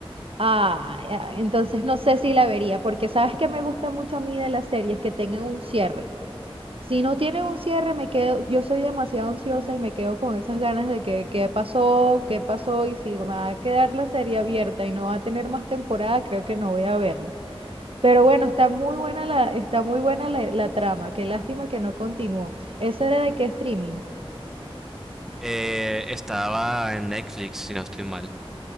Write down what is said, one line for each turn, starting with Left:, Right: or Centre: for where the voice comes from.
Right: Ah, ya, entonces no sé si la vería, porque sabes que me gusta mucho a mí de las series que tengan un cierre. Si no tienen un cierre, me quedo, yo soy demasiado ansiosa y me quedo con esas ganas de que qué pasó, qué pasó y si va a quedar la serie abierta y no va a tener más temporada, creo que no voy a verla. Pero bueno, está muy buena la, está muy buena la, la trama. Qué lástima que no continuó. ¿Eso era de qué streaming?
Centre: Eh, estaba en Netflix, si no estoy mal.